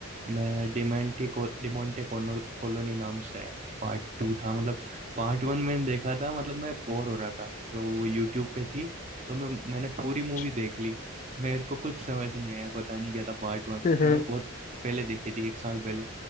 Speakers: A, on the right (about 30°); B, on the left (about 35°).
A: मैं डिमेंटी को डिमोंटे कोनो कॉलोनी नाम से है पार्ट टू था मतलब पार्ट वन मैंने देखा था मतलब मैं बोर हो रहा था तो वो यूट्यूब पे थी तो मैं मैंने पूरी
B: अच्छा
A: मूवी देख ली मेरे को कुछ समझ नहीं आया पता नहीं क्या था पार्ट वन
B: में अच्छा।
A: मैंने बहुत
B: <laughs>
A: पहले देखी थी एक साल पहले